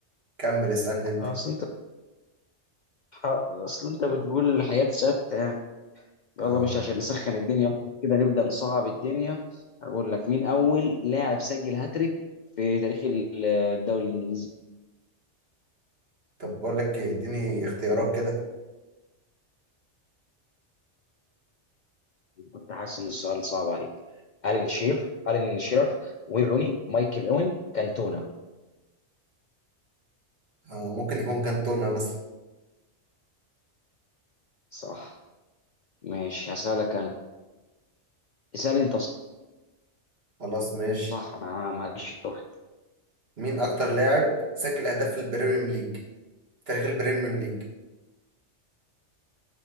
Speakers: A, on the right (about 55°); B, on the left (about 55°).
A: كمل اسألني أنت
B: اصل انت ح- اصل انت بتقول الحياة ثابتة يعني
A: أه
B: يلا باشا عشان نسخن الدنيا أكتر كده نبدأ نصعب الدنيا اقول لك مين اول لاعب سجل هاتريك في تاريخ ال- الدوري الانجليزي
A: طب بقول لك إيه إديني اختيارات كده
B: كنت حاسس ان السؤال صعب عليك الين شير الين شير وين روني مايكل اوين كانتونا
A: أه ممكن يكون كانتونا مثلا
B: صح ماشي هسألك انا اسأل انت
A: خلاص ماشي
B: صح انا معلش تهت
A: مين أكتر لاعب سجل أهداف في البريمير ليج في تاريخ البريمير ليج